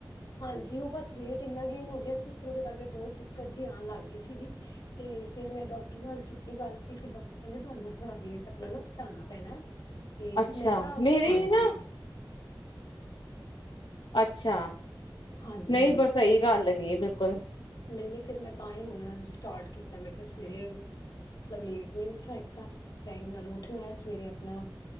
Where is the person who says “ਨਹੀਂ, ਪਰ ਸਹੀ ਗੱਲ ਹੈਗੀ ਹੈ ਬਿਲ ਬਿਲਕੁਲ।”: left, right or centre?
Left